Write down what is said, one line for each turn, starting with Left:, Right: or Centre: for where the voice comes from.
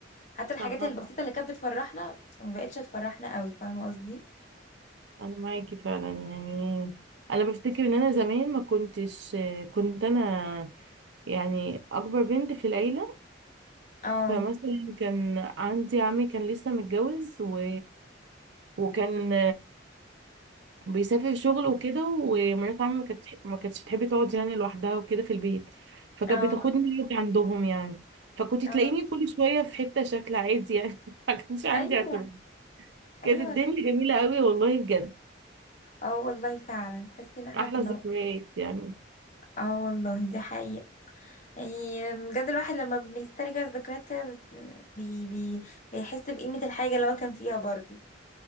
Left: حتى الحاجات
Right: صح
Left: البسيطه اللي كانت بتفرحنا ما بقتش تفرحنا قوي فاهمه قصدي
Right: انا معاكي فعلا يعني انا بفتكر ان انا زمان ما كنتش كنت انا يعني اكبر بنت في العيله
Left: اه
Right: فمثلا كان عندي عمي كان لسه متجوز و... وكان بيسافر شغل وكده ومرات عمي ما كانت ما كانتش تحب تقعد يعني لوحدها وكده في البيت فكانت
Left: اه
Right: بتاخدني أقعد عندهم يعني فكنت
Left: اه
Right: تلاقيني كل شوية في حتة شكل عادي يعني <laughs> ما كانش عندي
Left: ايوه
Right: اعتراض كانت
Left: ايوه
Right: الدنيا جميلة قوي والله بجد
Left: اه والله فعلا تحسي ان احنا
Right: أحلى
Left: كنا
Right: ذكريات يعني
Left: اه والله دي حقيقة يعني بجد الواحد لما بيسترجع الذكريات كده بت- بي بي بيحس بقيمة الحاجة اللي هو كان فيها برضو